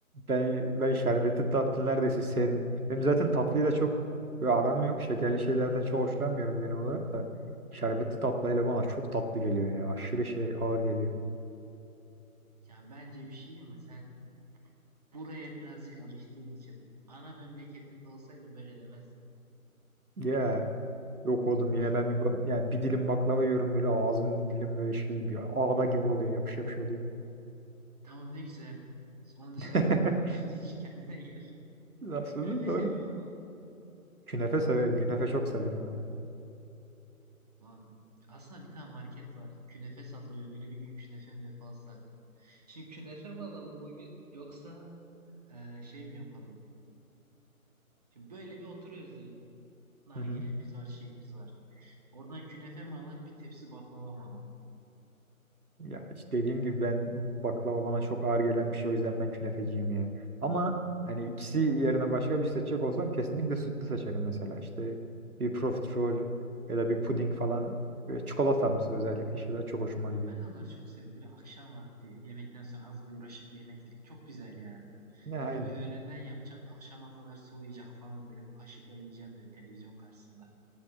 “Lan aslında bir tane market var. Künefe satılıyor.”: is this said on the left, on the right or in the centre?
Right